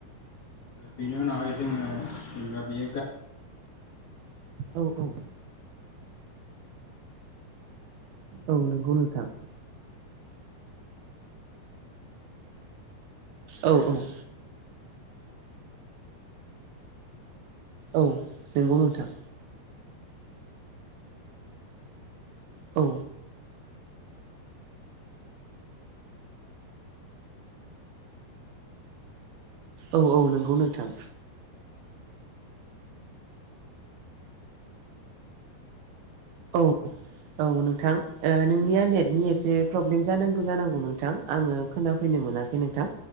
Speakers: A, on the left (about 30°); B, on the right (about 70°).
A: बेनि उनावहाय जोङो जेनेबा बेयो गा
B: औ औ। औ नंगौ नोंथां। औ औ। औ नंगौ नोंथां। औ। औ औ नंगौ नोंथां। औ। औ नोंथां नोंनिया नेटनि एसे प्रब्लेम जानांगौ जानांगौ नोंथां आङो खोनाफैनो मोनाखै बे नोंथां।